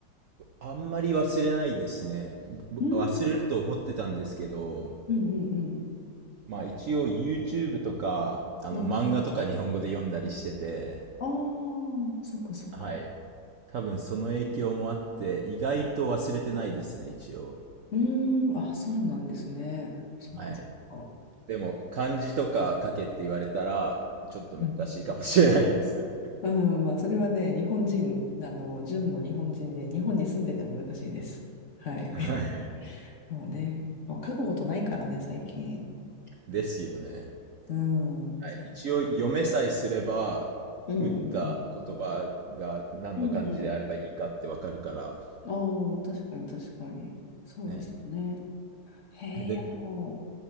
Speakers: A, on the right; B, on the left.
A: あんまり忘れないですね。ぼ忘れると思ってたんですけど、
B: んうんうんうん。
A: まあ一応 YouTube とか、あの漫画とか日本語で読んだりしてて、
B: うんうん。ああ、そっかそっか。
A: はい。多分その影響もあって、意外と忘れてないですね、一応。
B: うーん、あ、そうなんですね。そっかそっか。
A: はい。でも漢字とか書けって言われたら、ちょっと難しいかもしれないです。
B: うん、うんまあ、それはね、日本人、あの、純の日本人で、日本に住んでても難しいです。はい。
A: はい。
B: <laughs> もうね、もう書くことないからね、最近。
A: ですよね。
B: うん、
A: はい、
B: そうですね。
A: 一応読めさえすれば打った言葉が何の漢字であればいいかってわかるから
B: そううんうんうん。うんうん。ああ、確かに確かに。そうですよね。
A: ね。
B: へえ、
A: で、
B: いやでも、